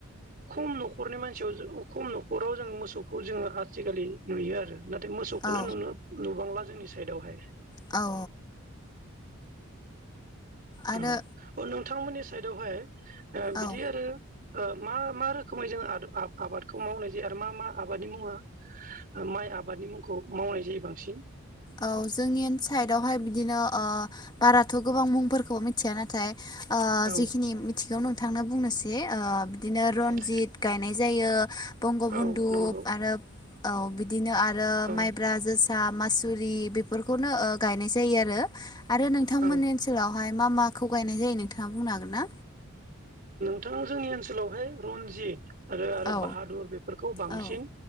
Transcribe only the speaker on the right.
खम न'खरनि मानसियाव खम राव जोङो मोसौखौ जोङो आजिखालि नुयो आरो नाथाय मोसौखौनो
नुनो नुबांला। जोंनि साइदआवहाय
औ औ नोंथांमोननि साइदावहाय
बिदि आरो। मा मा रोखोमै जों आबादखौ मावनाय जायो आरो मा मा आबादनि मुङा माइ आबादनि मुंखौ मावनाय जायो बांसिन
औ
औ
औ नंगौ
औ
औ
बिथां आ जोंनि ओनसोलावहाय रनजित आरो आरो
बाहादुर बेफोरखौ बांसिन